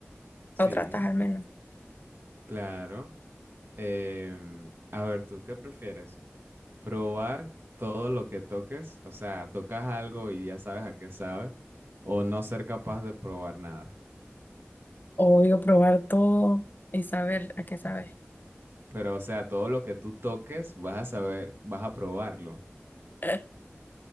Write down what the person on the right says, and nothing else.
sí,
claro. Em, a ver, ¿tú qué prefieres? ¿Probar todo lo que toques? O sea, tocas algo y ya sabes a qué sabe, o no ser capaz de probar nada.
Pero, o sea, todo lo que tú toques, vas a saber, vas a probarlo.